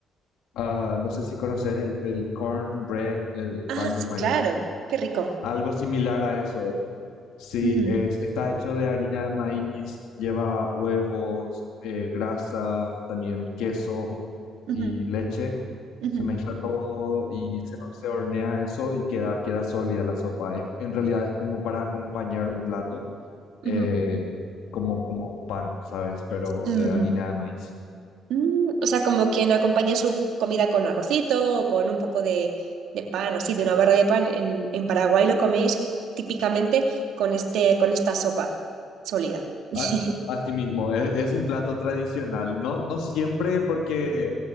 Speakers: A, on the left; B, on the right.
A: ah, no sé si conoces el, el cornbread, el
B: Ah,
A: pan
B: sí,
A: de maíz.
B: claro, qué rico.
A: Algo similar a eso. Sí,
B: Ujú,
A: es, está hecho de harina de maíz, lleva huevos, eh, grasa, también queso
B: ujú,
A: y leche.
B: ujú,
A: Se mezcla todo y se, se hornea eso y queda, queda sólida la sopa. Es- en realidad es como para acompañar un plato, eh,
B: ujú,
A: como, como un pan, ¿sabes? Pero
B: ujú.
A: de harina de maíz.
B: Mm, o sea, como quien acompaña su comida con arrocito o con un poco de, de pan, así, de una barra de pan. En, en Paraguay lo coméis típicamente con este, con esta sopa sólida. <laughs>
A: As- Así mismo, es, es un plato tradicional, no, no siempre porque